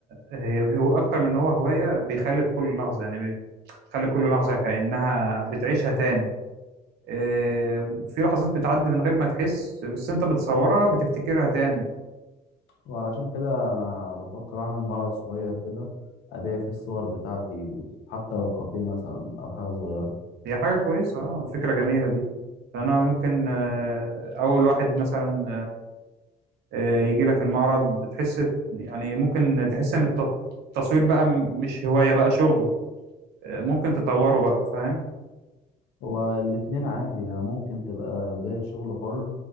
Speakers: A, on the right (about 75°); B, on the left (about 80°).
A: هي- هو اكتر من ان هو هواية بيخلي كل لحظة يعني بيخلي كل لحظة كأنها بتعيشها تاني إيه، في لحظات بتعدي من غير ما تحس بس انت بتصورها بتفتكرها تاني
B: وعلشان كده انا بفكر اعمل معرض صغير كده ابيع فيه الصور بتاعتي حتى لو كافيه مثلا او حاجه صغيره
A: هي حاجة كويسة اه فكرة جميلة دي فانا ممكن آه، اول واحد مثلا آه، يجي لك المعرض تحس يعني ممكن تحس ان الت- التصوير بقى م- مش هواية بقى شغل آه، ممكن تطوره بقى فاهم
B: هو الاتنين عادي يعني ممكن تبقى بدايه شغل حر